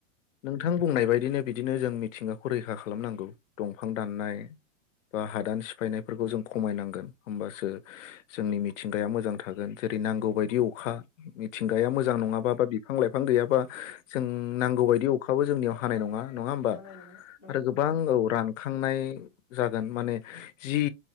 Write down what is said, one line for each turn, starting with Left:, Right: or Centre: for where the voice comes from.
Left: नोंथां बुंनाय बायदिनो बिदिनो जों मिथिंगाखौ रैखा खालामनांगौ दंफां दाननाय बा हादान सिफायनायफोरखौ जों खमायनांगोन होमबासो जोंनि मिथिंगाया नांगौ बायदि अखा मिथिंगाया मोजां नङाबा बा बिफां लाइफां गैयाबा जों नांगौ बायदि अखाबो जोंनियाव हानाय नङा नङा हबा
Centre: हानाय नङा नंगौ
Left: आरो गोबां
Centre: नोंथां
Left: औ रानखांनाय जागोन माने जि